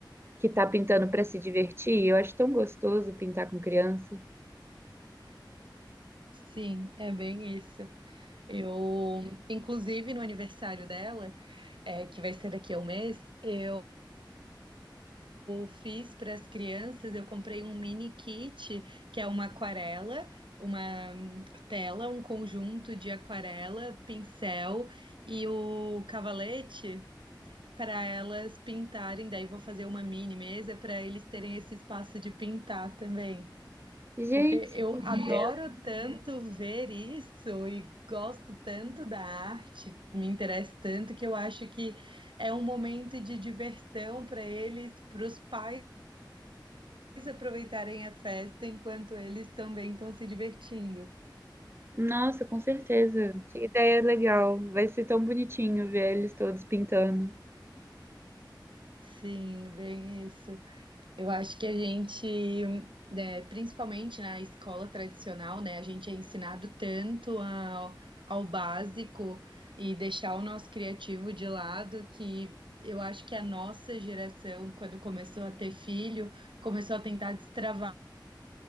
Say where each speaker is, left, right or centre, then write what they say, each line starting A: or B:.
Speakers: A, on the right; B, on the right.
A: que tá pintando para se divertir. Eu acho tão gostoso pintar com criança.
B: sim, é bem isso. Eu, inclusive, no aniversário dela, é, que vai ser daqui a um mês, eu fiz para as crianças, eu comprei um mini kit, que é uma aquarela, uma hum, tela, um conjunto de aquarela, pincel e o cavalete. para elas pintarem. Daí vou fazer uma mini mesa para eles terem esse espaço de pintar também.
A: Gente,
B: Porque eu
A: que
B: adoro
A: ideia.
B: tanto ver isso e gosto tanto da arte, me interessa tanto que eu acho que é um momento de diversão para eles, para os pais aproveitarem a festa enquanto eles também estão se divertindo.
A: Nossa, com certeza. Que ideia legal. Vai ser tão bonitinho ver eles todos pintando.
B: Sim, bem isso. Eu acho que a gente, né, principalmente na escola tradicional, né, a gente é ensinado tanto ao, ao básico e deixar o nosso criativo de lado que eu acho que a nossa geração, quando começou a ter filho, começou a tentar destravar